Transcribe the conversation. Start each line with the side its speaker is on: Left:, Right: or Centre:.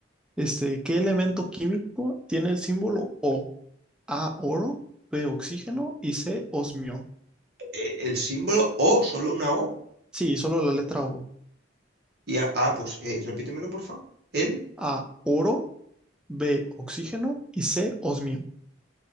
Centre: Este, ¿qué elemento químico tiene el símbolo O? A, oro, B, oxígeno y C, osmio.
Right: eh, el símbolo O, solo una O.
Centre: Sí, solo la letra O.
Right: Y a- ah, pues eh, repítemelo, porfa. El,
Centre: A, oro, B, oxígeno y C, osmio.